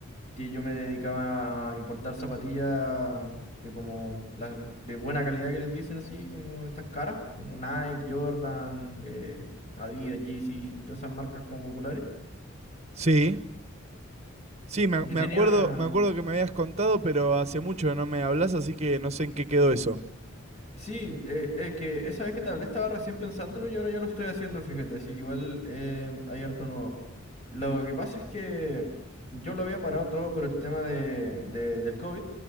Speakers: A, on the left; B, on the right.
A: Que yo me dedicaba a importar zapatillas de como la- de buena calidad que les dicen así, como estas caras, como Nike, Jordan, eh, Adidas, Yeezy, todas esas marcas como populares.
B: Sí. Sí, me,
A: Y
B: ac-
A: yo
B: me
A: tenía,
B: acuerdo, me acuerdo que me habías contado, pero hace mucho que no me hablas, así que no sé en qué quedó eso.
A: Sí, eh, eh, que esa vez que te hablé estaba recién pensándolo y ahora ya lo estoy haciendo, fíjate, así que igual eh, hay harto nuevo. Lo que pasa es que yo lo había parado todo por el tema de, de- del COVID,